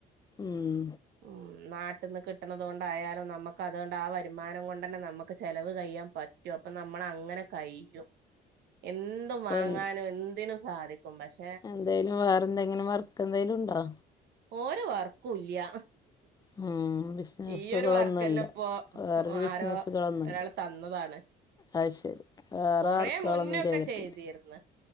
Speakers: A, on the left; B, on the right.
A: ഉം
B: ഉം നാട്ട്ന്ന് കിട്ടണത് കൊണ്ടായാലും നമുക്കതുകൊണ്ട് ആ വരുമാനം കൊണ്ടന്നെ നമക്ക് ചെലവ് കഴിയാൻ പറ്റും അപ്പ നമ് മ്മളങ്ങനെ കയ്യും. എന്തും
A: ഇപ്പം
B: വാങ്ങാനും എന്തിനും സാധിക്കും പഷേ
A: എന്തേലും വേറെ എന്തെങ്കിലും വർക്ക് എന്തേലും ഉണ്ടോ?
B: ഓര് വർക്കൂല്ല്യാ.
A: ഉം ബിസിനസ്സുകളൊന്നുമില്ല
B: ഈയൊരു വർക്കെന്നപ്പോ
A: വേറൊരു ബിസിനസ്സുകളൊന്നുമില്ല
B: ആരോ ഒരാൾ തന്നതാണ്.
A: അത് ശരി, വേറെ
B: കൊറെ
A: വർക്കുക്കാളൊന്നും
B: മുന്നൊക്കെ
A: ചെയ്തിട്ടില്ല,
B: ചെയ്തിരുന്ന്